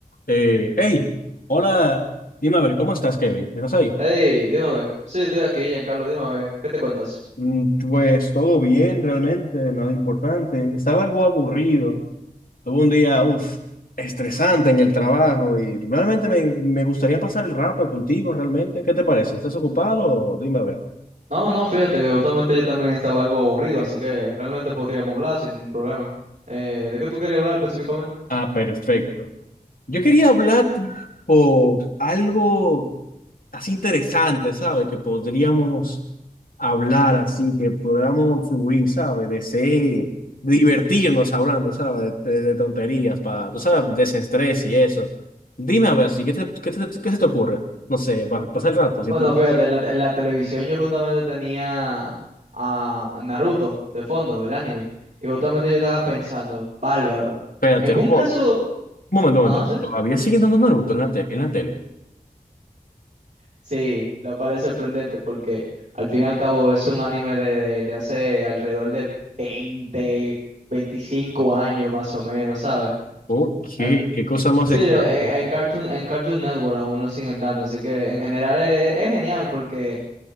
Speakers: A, on the left; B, on the right.
A: Eh, hey, hola, dime a ver, ¿cómo estás, Kevin? ¿Estás ahí?
B: Hey, dime, a ver. Sí, estoy aquí, Giancarlo, dime, a ver. ¿Qué te cuentas?
A: Mm, Pues todo bien, realmente, nada importante. Estaba algo aburrido. Tuve un día, uff, estresante en el trabajo y realmente me, me gustaría pasar el rato contigo, realmente. ¿Qué te parece? ¿Estás ocupado? Dime a ver.
B: No, no, fíjate que justamente yo también estaba algo aburrido, así que realmente podríamos hablar sin ningún problema. Eh, ¿de qué tú querías hablar específicamente?
A: Ah, perfecto. Yo quería hablar tipo algo. así interesante, ¿sabes? Que podríamos hablar así, que podríamos fluir, ¿sabes? De ser- de divertirnos hablando, ¿sabes? De, de- de tonterías, para, tú sabes, desestrés y eso. Dime a ver, así, ¿qué, te- qué, te- qué se te ocurre? No sé, para pasar el rato, simplemente.
B: Bueno, fíjate, en la, te- en la televisión yo justamente tenía a Naruto de fondo, el anime, y justamente yo estaba pensando, bárbaro.
A: Espérate,
B: En
A: un
B: un caso...
A: un momento, un
B: Ah,
A: momento.
B: sí.
A: ¿Todavía siguen dando Naruto en la, te- en la tele?
B: Sí, lo cual es sorprendente porque al fin y al cabo es un anime de, de, de hace alrededor de 20, 25 años más o menos, ¿sabes?
A: Ok,
B: As-
A: qué cosa más
B: Sí,
A: extraña.
B: e- en Cartoon, en Cartoon Network aún lo siguen dando, así que en general es, es genial porque